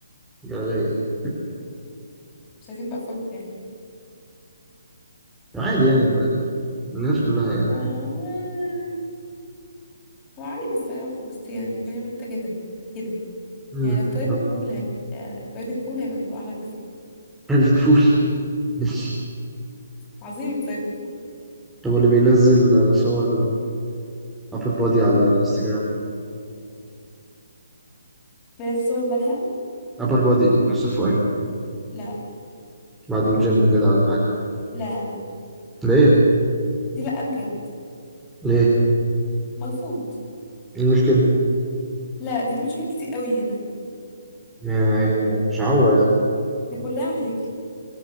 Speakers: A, in the centre; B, on the left.
A: جلابية يعني
B: مش عايزين بقى فول يعني
A: عادي يعني يا ملك الناس كلها يعني
B: آه، هو عادي الصراحه بس يعني فاهم انت كده كده
A: امم
B: يعني لو برايفت
A: طب
B: بول هيبقى برايفت بول هيبقى الموضوع احلى بكتير
A: <laughs> بتقول ماشي.
B: عظيم البرايفت بول
A: طب اللي بينزل آه، صور ابر بادي على انستجرام
B: منزل صور مالها
A: ابر بادي نص الفوقاني
B: لا
A: بعد الجيم كده ولا حاجة
B: لا لا
A: ليه
B: دي لا بجد
A: ليه
B: مرفوض
A: ايه المشكلة
B: لا لا دي في مشاكل كتير قوي هنا
A: ما هي مش عورة يعني
B: ده كلها مشاكل